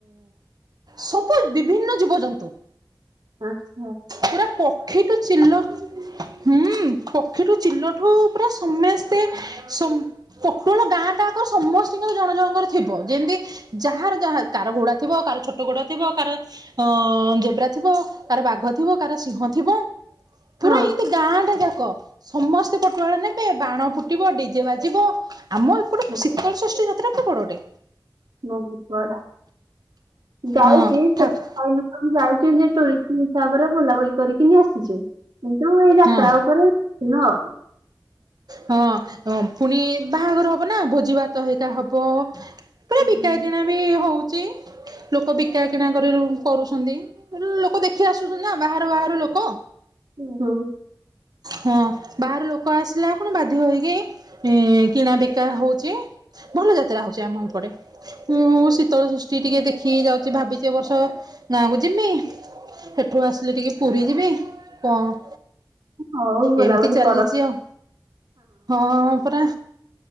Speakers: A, on the right; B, on the right.
A: ସବୁ ବିଭିନ୍ନ ଜୀବଜନ୍ତୁ।
B: ହଁ
A: ପୁରୁର ପକ୍ଷୀ ଟୁ ଚିଲ ହୁଁ। ହୁଁ ପକ୍ଷୀଠୁ ଚିଲଠୁ ପୁରା ସମସ୍ତେ ସମ ପଟଳ ଗାଁ ଟା କର ସମସ୍ତଙ୍କର ଜଣ ଜଣଙ୍କର ଥିବ ଯେମତି ଯାହାର ଯାହା କାହାର ଘୋଡା ଥିବ କାହାର ଛୋଟ ଘୋଡା ଥିବ କାହାର ଅ ଯେବ୍ରା ଥିବ କାର ବାଘ ଥିବ କାର ସିଂହ ଥିବ ପୁରା
B: ହଁ।
A: ଏମିତି ଗାଁ ଟା ଯାକ। ସମସ୍ତେ ପଟୁଆଳ ନେବେ ବାଣ ଫୁଟିବ ଡିଜେ ବାଜିବ ଆମ ଏପଟେ
B: ହଁ,
A: ଶୀତଳ ଷଷ୍ଠୀ ଯାତ୍ରା କ ପଡ଼ୋଟେ
B: ବହୁତ ବଡା ଯାଉଛି
A: ହଁ
B: ସେଠ
A: ଠାକ୍
B: ଆ ଯାଇ ଯେ ଟୁରିଷ୍ଟ ହିସାବରେ ବୁଲାବୁଲି କରିକି ଆସିଛୁ କିନ୍ତୁ ଏଇ ଯାତ୍ରା
A: ହଁ
B: ଉପରେ ଥିଲ
A: ହଁ ପୁଣି ବାହାଘର ହବ ନା ଭୋଜି ଭାତ ହେରିକା ହବ। ପୁରା
B: ହୁଁ
A: ବିକା କିଣା ବି ହଉଛି ଲୋକ ବିକା କିଣା କରି କରୁଛନ୍ତି। ଲୋକ ଦେଖି ଆସୁଛନ୍ତି ନା ବାହାର ବାହାର ଲୋକ।
B: ଓ ହଉ
A: ହଁ ବାହାରୁ ଲୋକ ଆସି ହେଲେ କଣ ବାଧ୍ୟ ହୋଇକି କିଣା ବିକା ହଉଛି ଭଲ ଯାତ୍ରା ହଉଛି ଆମ ଏପଟେ ମୁଁ ଶୀତଳଷଷ୍ଠି ଟିକେ ଦେଖିକି ଯାଉଛି ଭାବିଛି ବର୍ଷ ନାଁ କ ଜିମି ଏଠୁ ଆସିଲେ ଟିକେ ପୁରୀ ଯିବି କଣ
B: ହଉ ବୁଲାବୁଲି
A: ଏମିତି ଚାଲିଛି
B: କର
A: ଆଉ ହଁ ପରା